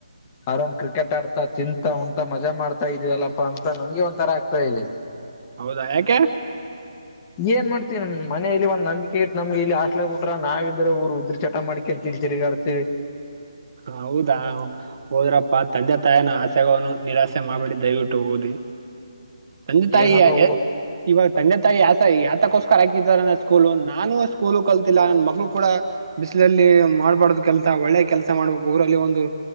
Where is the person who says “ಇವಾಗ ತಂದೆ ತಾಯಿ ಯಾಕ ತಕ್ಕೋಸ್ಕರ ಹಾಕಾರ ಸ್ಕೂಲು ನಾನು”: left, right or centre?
Right